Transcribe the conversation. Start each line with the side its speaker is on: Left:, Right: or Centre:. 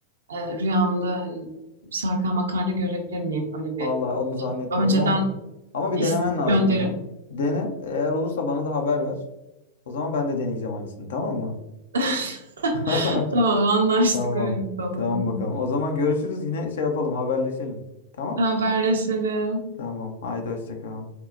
Right: E, rüyamda hani sarkan makarna görebilir miyim? Öyle bir
Left: Vallahi onu zannetmiyorum
Right: önceden
Left: ama. Ama bir
Right: istek
Left: denemen lazım
Right: gönderip.
Left: ya. Dene. Eğer olursa bana da haber ver. O zaman ben de deneyeceğim aynısını tamam mı?
Right: <laughs>
Left: <laughs>
Right: Tamam anlaştık
Left: Tamam.
Right: öyle yapalım.
Left: Tamam
Right: o zaman.
Left: bakalım. O zaman görüşürüz. Yine şey yapalım, haberleşelim. Tamam?
Right: Haberleşelim.
Left: Tamam. Haydi hoşça kal.